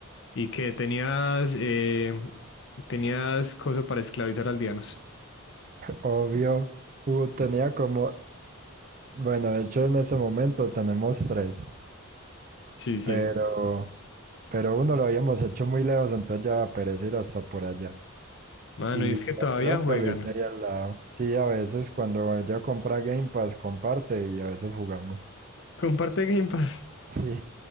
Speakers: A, on the left (about 55°); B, on the right (about 40°).
A: ¿Y que tenías eh, tenías cosa para esclavizar aldeanos?
B: obvio. Uh, tenía como, bueno, de hecho en ese momento tenemos tres,
A: Sí, sí.
B: pero, pero uno lo habíamos hecho muy lejos, entonces ya va a perecer hasta por allá.
A: Mano,
B: Y
A: y es que todavía
B: el otro
A: juegan.
B: le hice ahí al lado. Sí, a veces cuando ella compra Game Pass comparte y a veces jugamos.
A: Comparte Game Pass.
B: <laughs> Sí.